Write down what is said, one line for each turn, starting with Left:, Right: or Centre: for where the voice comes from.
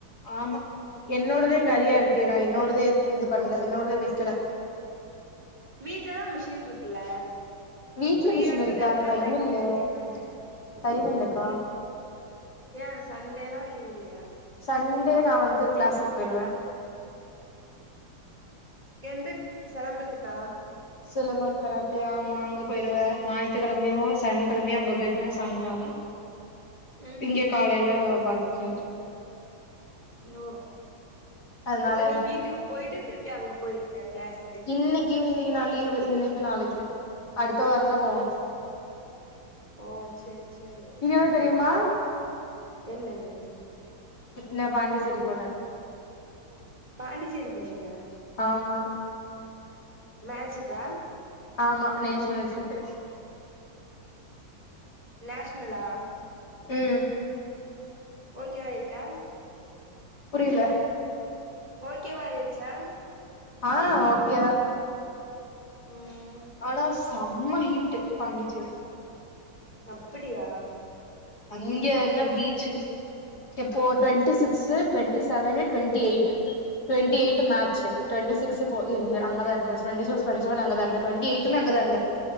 Left: ஆமா என்னோடதே நறிய இருக்கு நா என்னோடதே இது பண்ல என்னோடதே தெக்கல
Right: வீட்லதா மிஷின்ருக்குல்ல
Left: வீட்ல
Right: ஃப்ரீயா
Left: மிஷின்
Right: இருக்க
Left: இருக்கு
Right: டைத்துல
Left: ஆனா டைம்
Right: தக்க
Left: இல்ல
Right: வேண்டியதான
Left: டைம் இல்லக்கா
Right: ஏ சண்டேலா லீவ் இல்லயா
Left: சண்டே நா வந்து க்ளாஸுக் போய்ருவ
Right: எந்து செலம்பத்துக்கா
Left: சிலம்பம் கராத்தே ஆம்மா அங்க பேய்ருவ ஞாயி்த்துகழமையு சனிக்கிழமையு அங்க பேய்ருவ சாயங்காலோ
Right: ம்
Left: இங்க காலைல ஒர்க்கு
Right: யோ
Left: அதனால
Right: இப்ப நீ வீட்டுக்கு போய்ட்டு திருப்பி அங்க போய்ருவியா க்ளேஸ்
Left: இன்னக்கி இன்னக்கி நா லீவு இன்னக்கு நாளக்கு அடுத்த வாரந்தா போவணு
Right: ஓ செரி செரி
Left: இதியவ தெரியும்மா
Right: என்னன்னு
Left: நா பாண்டிச்சேரி போன
Right: பாண்டிச்சேரி போனியா
Left: ஆமா
Right: மேஜிக்கா
Left: ஆமா நேஷ்னலசுட்டு
Right: நேஷ்னல்லா
Left: ம்
Right: ஓகேவாய்ட்டா
Left: புரிய்ல
Right: ஓகேவாயிருச்சா
Left: ஆ ஓக்கே தா
Right: ம் ம்
Left: ஆனா செம்ம ஹிட்டு பாண்டிச்சேரி
Right: அப்டியா
Left: அங்கே என்னா பீச்சு இருக்கு இப்போ twenty six twenty seven twenty eight twenty eight match twenty six போ இருந்த அங்கதா இருந்த டுவெண்ட்டி சிக்ஸ் வெண்ட்டி செவன் அங்கதா இருந்த டுவெண்ட்டி எயிட்டுமே எங்கதா இருந்த